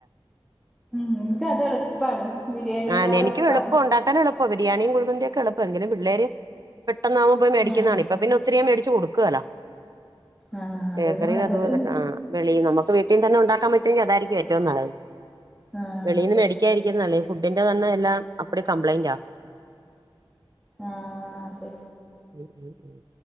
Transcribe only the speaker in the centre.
ഉം
എനിക്ക് അത് എളുപ്പാണ് ബിരിയാണിയിലേറെ
എളുപ്പാണ്
ആഹ്
ആഹ്
അതന്നെ നല്ലത്
ആഹ്
അതെ
ആഹ അതെ